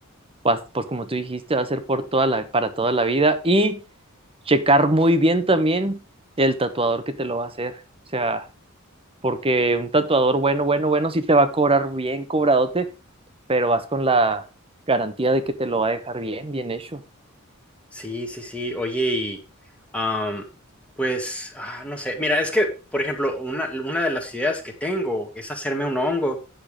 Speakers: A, on the right; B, in the centre.
A: pas- pues como tú dijiste, va a ser por toda la, para toda la vida y checar muy bien también el tatuador que te lo va a hacer. O sea, porque un tatuador bueno, bueno, bueno, sí te va a cobrar bien cobradote, pero vas con la garantía de que te lo va a dejar bien, bien hecho.
B: Sí, sí, sí. Oye, y am, pues, ah, no sé. Mira, es que, por ejemplo, una, una de las ideas que tengo es hacerme un hongo,